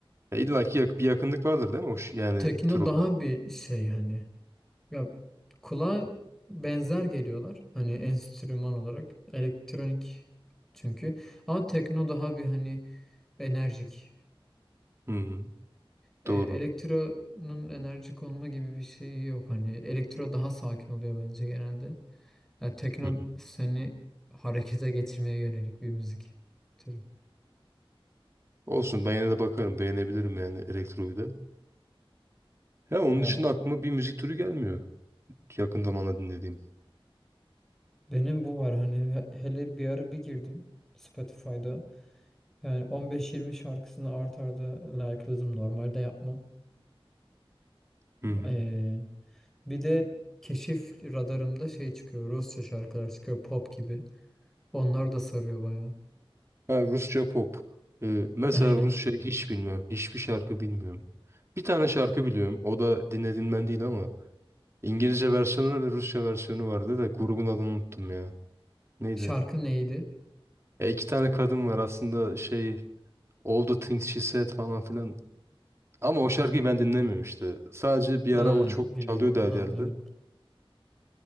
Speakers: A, on the right; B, in the centre.
A: E, İlla ki yak- bir yakınlık vardır değil mi? O ş- yani
B: Tekno
A: tür olarak.
B: daha bir şey hani. Ya kulağa benzer geliyorlar. Hani enstrüman olarak elektronik çünkü. Ama tekno daha bir hani enerjik.
A: Hı hı.
B: E,
A: Doğru.
B: elektronun enerjik olma gibi bir şeyi yok. Hani elektro daha sakin oluyor bence genelde. Ya tekno
A: Hı hı.
B: seni harekete getirmeye yönelik bir müzik türü.
A: Olsun ben yine de bakarım. Beğenebilirim yani elektroyu da. Ya onun
B: Ya
A: dışında aklıma bir müzik türü gelmiyor. Yakın zamanda dinlediğim.
B: benim bu var hani he- hele bir ara bir girdim Spotify'da. Yani 15-20 şarkısını art arda like'ladım. Normalde yapmam.
A: Hı hı.
B: Ee, bir de keşif radarımda şey çıkıyor. Rusça şarkılar çıkıyor pop gibi. Onlar da sarıyor bayağı.
A: Ha, Rusça pop. Ee, mesela
B: <laughs> Aynen.
A: Rusça hiç bilmiyorum. Hiçbir şarkı bilmiyorum. Bir tane şarkı biliyorum. O da dinlediğimden değil ama. İngilizce versiyonu vardı, Rusça versiyonu vardı da grubun adını unuttum ya. Neydi?
B: Şarkı neydi?
A: Ya iki tane kadın var aslında şey All the Things She Said falan filan. Ama o şarkıyı
B: Hmm.
A: ben dinlemiyorum işte. Sadece
B: Ha
A: bir ara o çok
B: biliyorum
A: çalıyordu her
B: anladım.
A: yerde.